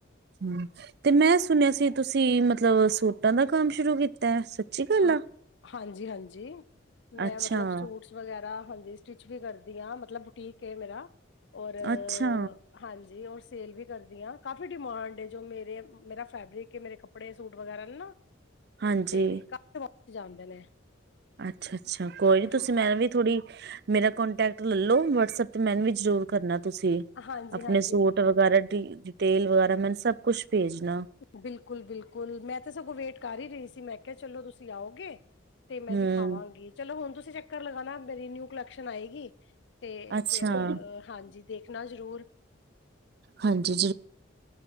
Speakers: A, on the right (about 55°); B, on the left (about 60°).
A: ਹੂੰ, ਤੇ ਮੈਂ ਸੁਣਿਆ ਸੀ ਤੁਸੀਂ ਮਤਲਬ ਸੂ ਟਾ ਦਾ ਕੰਮ ਸ਼ੁਰੂ ਕੀਤਾ। ਸੱਚੀ ਗੱਲ
B: ਹਾਂ,
A: ਆ
B: ਹਾਂਜੀ ਹਾਂਜੀ ਮੈਂ
A: ਅੱਛਾ
B: ਮਤਲਬ ਸੂਟਸ ਵਗੈਰਾ ਹਾਂਜੀ, ਸਟਿੱਚ ਵੀ ਕਰਦੀ ਆ ਮਤਲਬ ਬੁਟੀਕ ਆ ਮੇਰਾ ਔਰ
A: ਅੱਛਾ
B: ਹਾਂਜੀ ਔਰ, ਸੇਲ ਵੀ ਕਰਦੀ ਹਾਂ ਕਾਫੀ ਡਿਮਾਂਡ ਜੋ ਮੇਰੇ ਮੇਰਾ ਫੈਬਰਿਕ ਮੇਰੇ ਕੱਪੜੇ ਸੂਟ ਵਗੈਰਾ ਨੇ ਨਾ।
A: ਹਾਂਜੀ,
B: ਤੇ ਕਾਫੀ ਜਾਂਦੇ ਨੇ।
A: ਅੱਛਾ ਅੱਛਾ, ਕੋਈ ਨੀ ਤੁਸੀਂ
B: ਹਾਂ
A: ਮੈਂ ਵੀ ਥੋੜੀ ਮੇਰਾ ਕੋਂਟੈਕਟ ਲੈਲੋ ਵਟਸਐਪ ਤੇ ਮੈਨੂੰ ਵੀ ਜ਼ਰੂਰ ਕਰਨਾ ਤੁਸੀਂ
B: ਹਾਂਜੀ
A: ਆਪਣੇ
B: ਹਾਂਜੀ
A: ਸੂਟ ਵਗੈਰਾ ਦੀ ਤੇਲ ਵਗੈਰਾ ਮੈਨ ਸਭ ਕੁਛ ਭੇਜਣਾ
B: ਬਿਲਕੁਲ- ਬਿਲਕੁਲ ਮੈਂ ਤਾਂ ਸਗੋਂ ਵੇਟ ਕਰ ਹੀ ਰਹੀ ਸੀ। ਮੈਂ ਕਿਹਾ- ਚਲੋ ਤੁਸੀਂ ਆਓਗੇ। ਤੇ ਮੈਂ
A: ਹਮ
B: ਦਿਖਾਵਾਂਗੀ। ਚਲੋ ਹੁਣ ਤੁਸੀਂ ਚੱਕਰ ਲਗਾਣਾ ਮੇਰੀ ਨਿਊ ਕਲੈਕਸ਼ਨ ਆਏਗੀ। ਤੇ
A: ਅੱਛਾ
B: ਫਿਰ, ਹਾਂਜੀ, ਦੇਖਣਾ ਜ਼ਰੂਰ।
A: ਹਾਂਜੀ